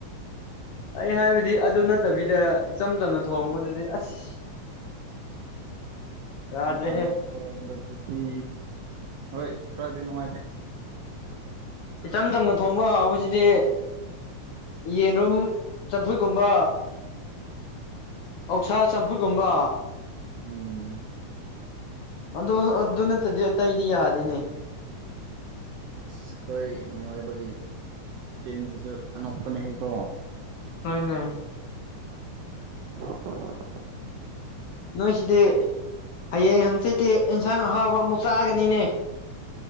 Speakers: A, on the left (about 80°); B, on the right (about 85°).
A: ꯑꯩ ꯍꯥꯏꯕꯗꯤ ꯑꯗꯨ ꯅꯠꯇꯕꯤꯗ ꯏꯆꯝ ꯆꯝꯅ ꯊꯣꯡꯕꯗꯗꯤ ꯑꯁ ꯌꯥꯗ꯭ꯔꯦꯍꯦ
B: ꯌꯥꯝꯝ ꯁꯝꯅ ꯊꯣꯡꯕꯗꯨꯗꯤ ꯍꯣꯏ ꯈꯔꯗꯤ ꯅꯨꯡꯉꯥꯏꯇꯦ
A: ꯏꯆꯝ ꯆꯝꯅ ꯊꯣꯡꯕ ꯍꯥꯎꯕꯁꯤꯗꯤ ꯌꯦꯟꯔꯨꯝ ꯆꯝꯐꯨꯠꯀꯨꯝꯕ ꯑꯣꯛꯁꯥ ꯆꯝꯐꯨꯠꯀꯨꯝꯕ
B: ꯎꯝ
A: ꯑꯗꯨ ꯑꯗꯨ ꯅꯠꯇꯗꯤ ꯑꯇꯩꯗꯤ ꯌꯥꯗꯦꯅꯦ
B: ꯎ ꯑꯩꯈꯣꯏ ꯃꯤꯑꯣꯏꯕꯒꯤ ꯆꯤꯟꯁꯤꯁꯨ ꯑꯉꯛꯄꯅꯦ ꯍꯩꯀꯣ
A: ꯅ ꯅ
B: ꯑ
A: ꯅꯣꯏꯁꯤꯗꯤ ꯍꯌꯦꯡ ꯍꯪꯆꯤꯠꯇꯤ ꯏꯟꯁꯥꯡ ꯑꯍꯥꯎꯕ ꯑꯃꯨꯛ ꯆꯥꯛꯑꯒꯅꯤꯅꯦ